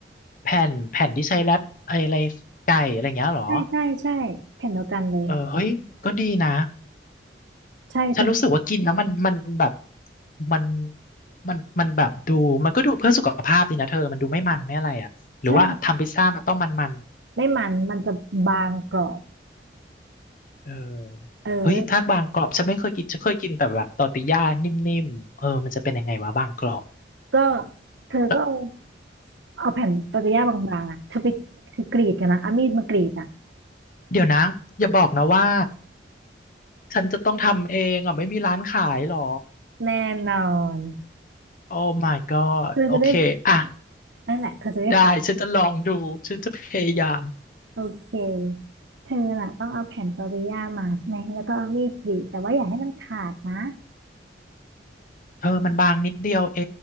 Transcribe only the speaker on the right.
ใช่ใช่ใช่แผ่นเดียวกันเลย
ใช่เธอ
ใช่ไม่มันมันจะบางกรอบ
เออ
ก็เธอก็เอา
เอาแผ่นปาเปย่าบางๆอ่ะเธอไปคือกรีดกันนะเอามีดมากรีดอ่ะ
แน่นอน
เธอจะได้
นั่นแหละเธอจะได้ท
ำโอเคเธอน่ะต้องเอาแผ่นปาเปย่ามาใช่ไหมแล้วก็เอามีดกรีดแต่ว่าอย่าให้มันขาดนะ